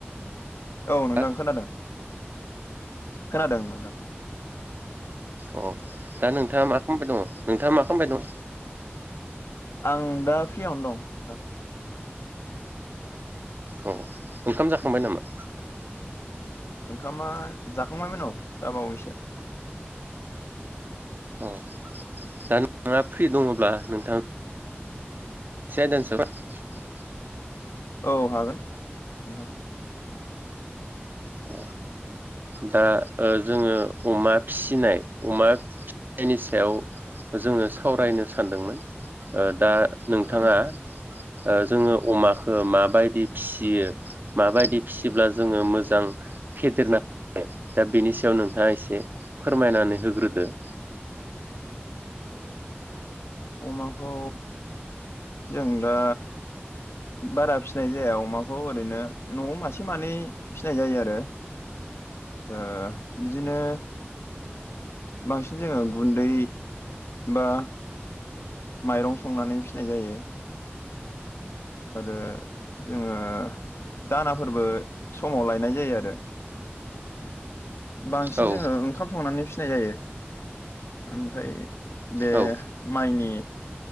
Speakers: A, on the left; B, on the right.
A: औ नोंथां
B: हा
A: खोनादों। खोनादों नोंथां।
B: अ दा नोंथाङा मा खालामबाय दङ नोंथाङा मा खालामबाय दङ?
A: आं दा फ्रिवनो दं।
B: अ ओंखाम जाखांबाय नामा?
A: ओंखामा जाखांबायमोन औ दा बावैसो।
B: औ दा नोंथांआ फ्रि दङब्ला नोंथां <unintelligible>
A: औ हागोन नोंथां।
B: अ दा ओ जोङो अमा फिसिनाय अमा फिसिनायनि सायाव जोङो सावरायनो सानदोंमोन ओ दा नोंथाङा
A: ओं
B: ओ जोङो अमाखौ माबायदि फिसियो माबायदि फिसिब्ला जोङो मोजां फेदेरनानै दा बेनि सायाव नोंथाङा एसे फोरमायनानै होग्रोदो ।
A: अमाखौ जों दा बारा फिनाय जाया अमाखौ ओरैनो न'आव मासे मानै फिनाय जायो आरो । ओ बिदिनो बांसिन जोङो गुन्दै बा माइरं संनानै फिनाय जायो । आरो जोङो दानाफोरबो समाव लायनाय जायो आरो । बांसिन
B: औ
A: जोङो ओंखाम संनानै फिनाय जायो ओमफ्राय बे
B: औ
A: माइनि